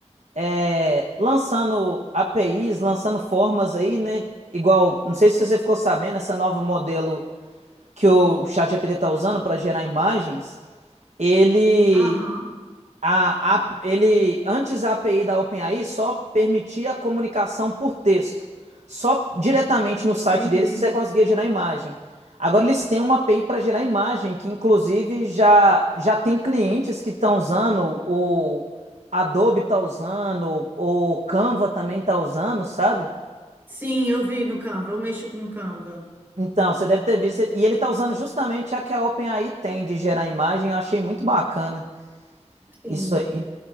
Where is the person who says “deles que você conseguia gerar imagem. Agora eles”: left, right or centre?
Right